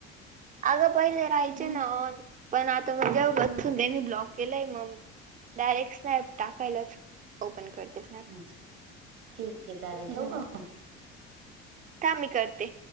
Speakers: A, on the right; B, on the right.
A: अगं पहिले राहायचे
B: हम्म
A: ना पण आता मग जेव बसून
B: हम्म
A: देणे ब्लॉग केलंय मम डायरेक्ट स्नॅप टाकायलाच ओपन करतेस.
B: अच्छा ठीक आहे चालेल
A: हम्म
B: ठेवू का म?
A: थांब मी करते.